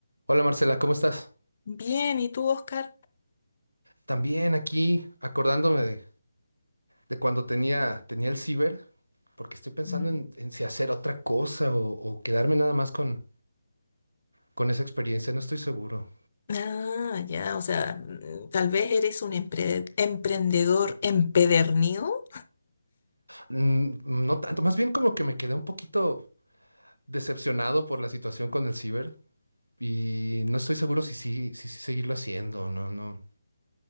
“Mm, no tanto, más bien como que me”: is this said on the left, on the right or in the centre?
Right